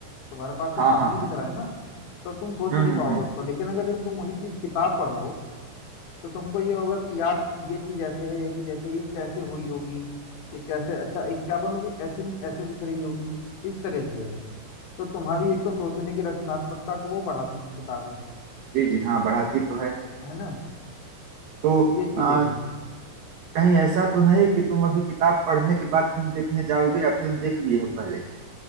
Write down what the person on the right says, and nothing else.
हाँ
हाँ हाँ
हम्म
हम्म
हम्म,
जी जी हाँ बढ़ाती तो है
तो
अ,
कहीं ऐसा तो नहीं कि तुम अभी किताब पढ़ने के बाद फिल्म देखने जाओगे या फिल्म देख लिए हो पहले ही